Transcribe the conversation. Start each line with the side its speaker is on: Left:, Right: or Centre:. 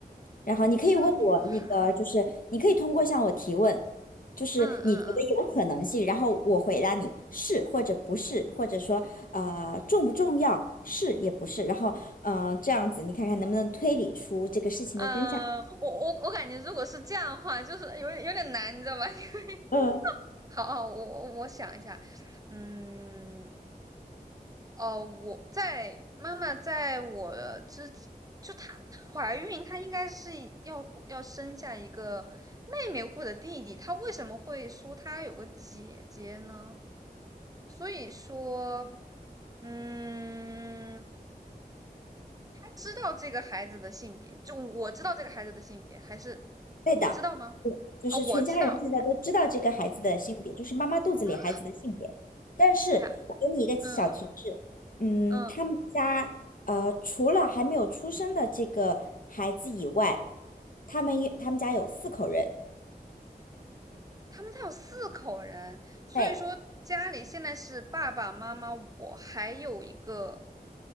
Left: 然后你可以问我那个，
Right: 我是个女孩。
Left: 就是你可以通过向我提问，就是你觉得有可能性，
Right: 嗯嗯嗯。
Left: 然后我回答你是或者不是，或者说呃重不重要，是也不是，然后嗯、呃这样子你看看能不能推理出这个事情的真相。
Right: 嗯、呃我我我感觉如果是这样的话，就是有点有点难，你知道吧？<laughs>
Left: 嗯，
Right: 好好，我我我想一下，嗯，哦，我在妈妈在我之前就她她怀孕，她应该是要要生下一个妹妹或者弟弟，她为什么会说她有个姐姐呢？所以说，嗯，他知道这个孩子的性别，就我知道这个孩子的性别，还是
Left: 对的。
Right: 我知道吗？
Left: 就是全家人现在都知道这个孩子的性别，
Right: 啊、哦我知道
Left: 就是妈妈肚子里孩子的性别。
Right: 啊，
Left: 但是我给你一个小提示，
Right: 等一下，嗯
Left: 嗯，
Right: 嗯，
Left: 他们家呃，除了还没有出生的这个孩子以外，他们也他们家有四口人。
Right: 他们家有四口人，所以说家里现在是爸爸妈妈，
Left: 对，
Right: 我还有一个，